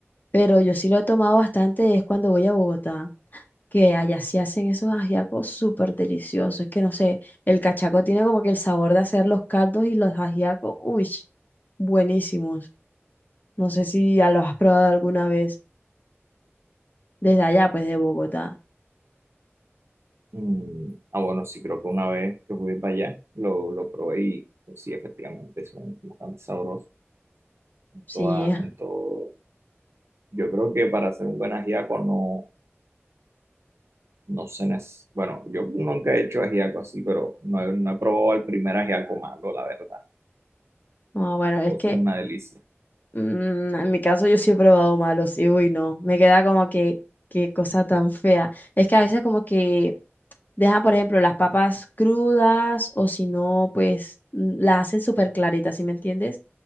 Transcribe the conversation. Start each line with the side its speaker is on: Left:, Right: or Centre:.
Left: pero yo sí lo he tomado bastante, es cuando voy a Bogotá, que allá sí hacen esos ajiacos súper deliciosos. Es que no sé, el cachaco tiene como que el sabor de hacer los caldos y los ajiacos, uy, buenísimos. No sé si ya los has probado alguna vez desde allá, pues de Bogotá.
Right: Mm, ah, bueno, sí, creo que una vez que fui para allá lo, lo probé y pues, sí, efectivamente son bastante sabrosos en
Left: Sí,
Right: toda, en todo. Yo creo que para hacer un buen ajiaco no, no se necesita. Bueno, yo nunca he hecho ajiaco así, pero no he, no he probado el primer ajiaco malo, la verdad.
Left: no, bueno,
Right: Todos
Left: es que
Right: son una delicia.
Left: mm, en mi caso yo sí he probado malos y uy, no, me queda como que, qué cosa tan fea. Es que a veces como que dejan, por ejemplo, las papas crudas o si no, pues mm, las hacen súper claritas, ¿sí me entiendes?